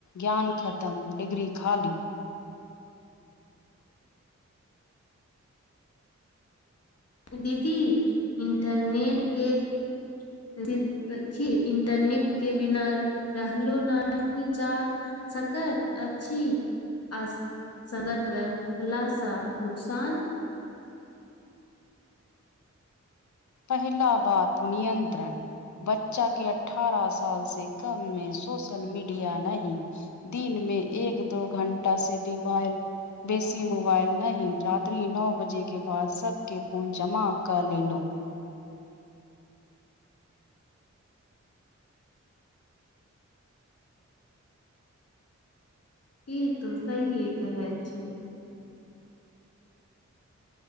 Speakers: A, on the left (about 70°); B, on the left (about 55°).
A: ज्ञान खत्म डिग्री खाली
B: दीदी इन्टरनेट के <unintelligible> इंटरनेट के बिना रहलो नाहि जा सकत अछि आस संगत रहला स नुकसान
A: पहिला बात नियंत्रण बच्चा के अठारह साल से कम मे सोशल मीडिया नहि दिन मे एक दो घंटा से डिबाइल बेसी मोबाइल नहि राति नओ बजे के के बाद सबके फोन जमा कऽ लेलहुँ
B: ई तो सहिए कहैत छी।